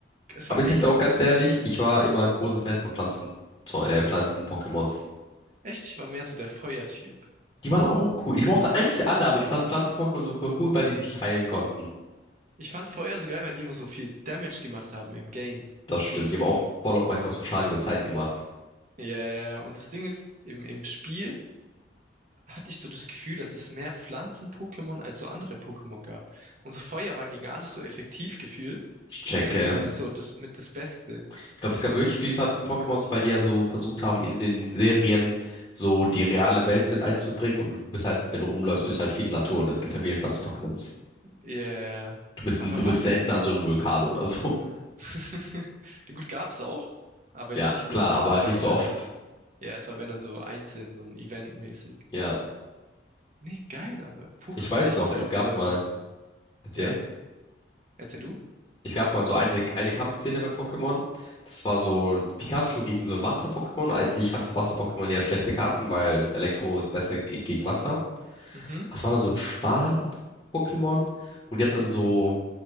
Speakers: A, on the right; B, on the left.
A: es
B: Aber
A: war
B: ich sag
A: echt,
B: dir auch ganz ehrlich, ich war immer ein großer Fan von Pflanzen, so, äh, Pflanzen-Pokémons.
A: echt, ich war mehr so der Feuertyp.
B: Die waren auch cool. Ich mochte eigentlich alle, aber ich fand Pflanzen-Pokémon so voll cool, weil die sich heilen konnten.
A: Ich fand Feuer so geil, weil die immer so viel Damage gemacht haben im Game.
B: Das stimmt. Die haben auch voll auf manchmal so Schaden über Zeit gemacht.
A: Ja, ja, ja. und das Ding ist, im, im Spiel hatte ich so das Gefühl, dass es mehr Pflanzen-Pokémon als so andere Pokémon gab. Und so Feuer war gegen alles so effektiv gefühlt.
B: Ich checke.
A: Und deswegen war das so das mit das Beste.
B: Ich glaube, es gab wirklich viele Pflanzen-Pokémons, weil die ja so versucht haben, in den Serien so die reale Welt mit einzubringen. Und du bist halt, wenn du rumläufst, bist du halt viel in der Natur und das gibt's halt viele Pflanzen-Pokémons.
A: Ja, ja, ja.
B: Du bist,
A: aber
B: n- du bist
A: was?
B: selten an so einem Vulkan oder so. <laughs>
A: <laughs> Ja, Gut, gab's auch, aber
B: Ja,
A: jetzt nicht so.
B: klar,
A: Es,
B: aber halt
A: wär-
B: nicht so
A: wär-
B: oft.
A: ja, es war wenn dann so einzeln, so ein Event-mäßig.
B: Ja.
A: Nee, geil, aber Pokémon,
B: Ich weiß
A: ey, ich
B: noch,
A: muss
B: es
A: glaub
B: gab
A: wieder,
B: mal,
A: weil,
B: erzähl,
A: ja, erzähl du.
B: es gab mal so eine, eine Kampfszene bei Pokémon. Das war so Pikachu gegen so ein Wasser-Pokémon. Eigentlich hat das Wasser-Pokémon ja schlechte Karten, weil Elektro ist besser ge- gegen Wasser.
A: Mhm,
B: Das war dann so ein Schwan-Pokémon und die hat dann so